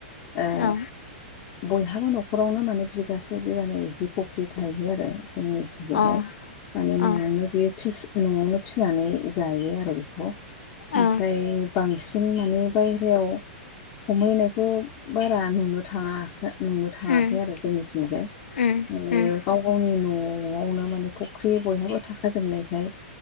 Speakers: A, on the left; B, on the left.
A: ओ
B: औ।
A: बयहाबो न'खरावनो माने बिगासे बिगानै बिदि फख्रि थायो आरो जोंनिथिंजायहाय।
B: औ
A: माने
B: अ
A: न'आवनो बेयो फिस न'आवनो फिनानै जायो आरो बेखौ। ओमफ्राय
B: अ औ
A: बांसिन माने बाहेरायाव। हमहैनायखौ बारा नुनो थाङा नुनो थाङाखै
B: उम
A: आरो जोंनिथिंजाय।
B: उम
A: माने
B: उम
A: गाव गावनि न'आवनो माने फुख्रि बयहाबो था खाजोबनायखाय